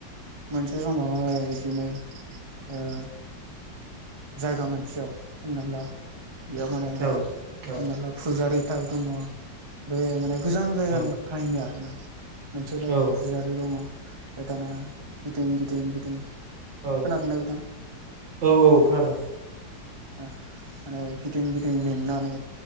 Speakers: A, on the right (about 50°); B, on the right (about 70°).
A: मोनसे समावहाय बिदिनो ओ जायगा मोनसेयाव हमना ला बेयाव माने
B: औ औ
A: हमना ला फुजारि दङ बे माने गोजान जायगानिफ्रायनो
B: औ
A: आरोना मोनसे जायगाव
B: औ
A: फुजारि दङ ओमफ्राय दाना गिदिं गिदिं गिदिं
B: औ
A: खोनादोंना बिथां
B: औ औ खोनादों
A: ओ माने गिदिं गिदिं मेंनानै